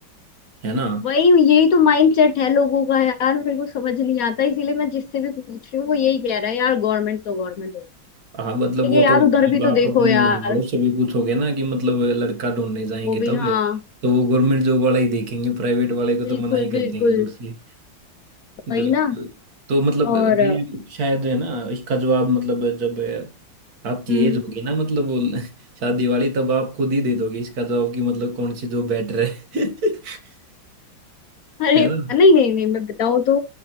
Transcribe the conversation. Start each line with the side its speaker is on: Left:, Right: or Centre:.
Right: है ना
Left: वही यही तो माइंडसेट है लोगों का यार मेरे को समझ नहीं आता इसीलिए मैं जिससे भी पूछ रही हूँ वो यही कह रहा है यार गवर्नमेंट तो गवर्नमेंट होती
Right: हाँ मतलब
Left: है
Right: वो
Left: ये यार
Right: तो मतलब
Left: उधर भी तो
Right: आप
Left: देखो
Right: अपने
Left: यार
Right: घर वालों से भी पूछोगे ना कि मतलब लड़का ढूंढने जाएंगे
Left: वो भी
Right: तब
Left: हाँ
Right: तो वो गवर्नमेंट जॉब वाला ही देखेंगे प्राइवेट वाले को तो
Left: बिल्कुल
Right: मना ही कर
Left: बिल्कुल
Right: देंगे दूर से बिल्कुल
Left: वही ना
Right: तो मतलब
Left: और
Right: ये शायद है ना इसका जवाब मतलब जब आपकी
Left: हम्म
Right: एज होगी ना मतलब वो <laughs> शादी वाली तब आप खुद ही दे दोगे इसका जवाब कि मतलब कौन सी जॉब बेटर है <laughs>
Left: अरे
Right: है ना
Left: नहीं नहीं नहीं मैं बताऊँ तो